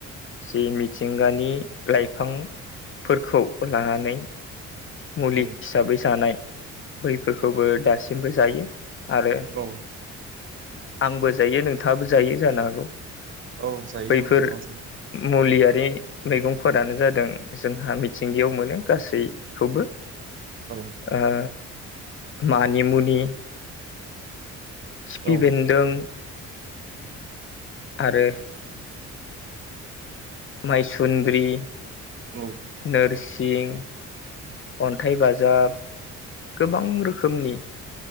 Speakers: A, on the left; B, on the right.
A: जि मिथिंगानि लाइफां फोरखौ लानानै मुलि
B: औ
A: हिसाबै जानाय बैफोरखौबो दासिमबो जायो आरो
B: औ
A: आंबो जायो नोंथांङाबो जायो जानो हागौ।
B: औ जायो
A: बैफोर
B: नोंथां
A: मुलियारि मैगंफोरानो जादों जोंहा मिथिंगायाव मोनो गासैखौबो
B: औ
A: ओ मानिमुनि खिफि
B: औ
A: बेन्दों, आरो माइसुन्द्रि,
B: औ
A: नोरसिं, अन्थाइ बाजाब गोबां रोखोमनि